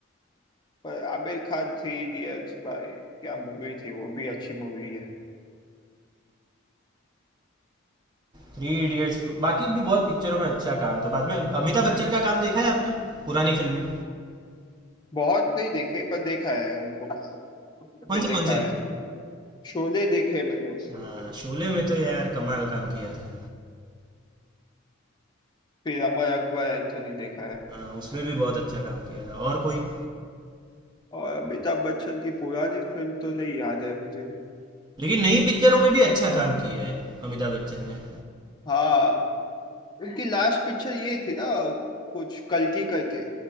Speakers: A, on the left; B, on the right.
A: पर आमिर खान थ्री इडियट्स भाई क्या मूवी थी वो भी अच्छी मूवी है
B: थ्री इडियट्स बाकी भी बहुत पिक्चरों में अच्छा काम था बाद में अमिताभ बच्चन का काम देखा है आपने पुरानी फिल्में
A: बहुत नहीं देखे पर देखा है उनको
B: कौन
A: पे देखा
B: सी कौन सी देखी
A: है
B: है?
A: शोले देखे मैंने
B: हाँ शोले में तो यार कमाल काम किया था
A: फिर अमर अकबर एंथोनी देखा है
B: हाँ उसमें भी बहुत अच्छा काम किया था और कोई
A: और अमिताभ बच्चन की पुरानी फिल्म तो नहीं याद है मुझे
B: लेकिन नई पिक्चरों में भी अच्छा काम किया है अमिताभ बच्चन ने
A: हाँ उनकी लास्ट पिक्चर ये थी ना कुछ कल्कि करके